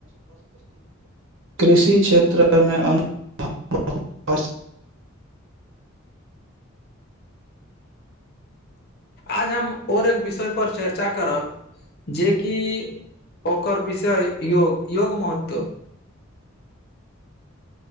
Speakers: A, on the right; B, on the left.
A: कृषि क्षेत्रमे <inaudible>
B: आज हम और एक विषय पर चर्चा करब जेकि ओकर विषय योग योग महत्व